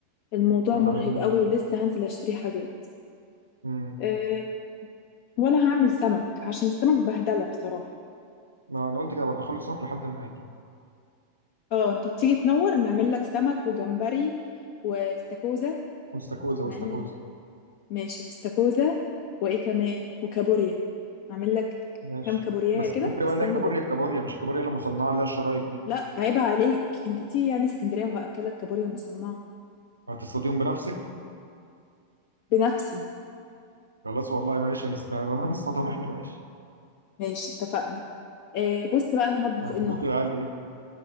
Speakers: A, on the left; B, on the right.
A: الموضوع
B: تبقى
A: مرهق
B: 80 و100
A: قوي ولسه هنزل اشتري حاجات
B: امم
A: آه. ولا هعمل سمك عشان السمك بهدلة بصراحة
B: ما انا قلت كده برضه خلص سمك لحد ما اجي
A: اه انت تيجي تنور نعمل لك سمك وجمبري واستاكوزا
B: واستاكوزا
A: مع
B: واستاكوزا
A: ان ماشي واستاكوزا وايه كمان وكابوريا اعمل لك
B: ماشي
A: كام كابوريا
B: بس
A: كده
B: الكابوريا
A: يستاهلوا
B: بقى اللي هي الكابوريا
A: بقى
B: الكابوريا مش الكابوريا اللي مصنعه اللي هي الشرايط دي
A: لا عيب عليك انت تيجي يعني اسكندرية وهأكلك كابوريا مصنعة
B: هتصطاديهم بنفسك
A: بنفسي
B: خلاص والله ماشي هنست- هنصطادهم احنا ماشي
A: ماشي اتفقنا آه بص بقى انا هطبخ
B: هتطبخ
A: ايه النهارده
B: يا عيال ايه